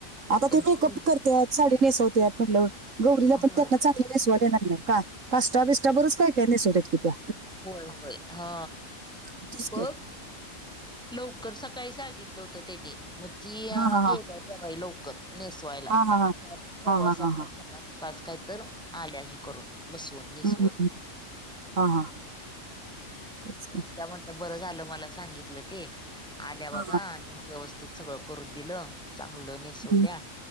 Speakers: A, on the right; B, in the centre.
A: आता
B: पण
A: ते
B: ती
A: मेकअप करतात साडी नेसवतेत म्हटलं गौरीला
B: होय
A: पण त्यांना चांगली नेसवायला येणार नाही. का काष्टटा बिस्टा बरच काय काय नेसवतात कि त्या्.
B: होय होय हा.
A: ह तेच
B: बघ
A: की.
B: लवकर सकाळी सांगितलं होतं तेनी. मग ती
A: हा
B: अं
A: हा
B: गेलं होत्या बाई लवकर नेसवायला
A: हा हा
B: सवासातला
A: हा हा हा हा हा हा
B: आज काय तर आल्या हे करून बसवून. निसवून.
A: हम्म हम् ह हा हा तेच ना.
B: त्या म्हणता बरं झालं मला सांगितलं ते आल्या बघा
A: हा हा
B: आणि व्यवस्थित सगळ करून दिलं चांगलं ने नेसवल्या
A: हम्म.